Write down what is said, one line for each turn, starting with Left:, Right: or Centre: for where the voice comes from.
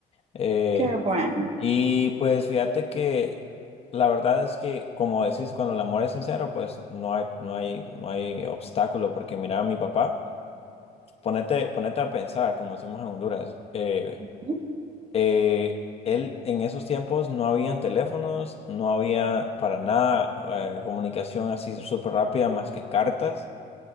Left: Eh,
Right: qué bueno.
Left: y pues fíjate que la verdad es que, como decís, cuando el amor es sincero, pues no hay, no hay, no hay obstáculo. Porque mira, a mi papá, ponete, ponete a pensar, como decimos en Honduras. Eh,
Right: Ujú.
Left: eh, él en esos tiempos no habían teléfonos, no había para nada eh, comunicación así súper rápida más que cartas.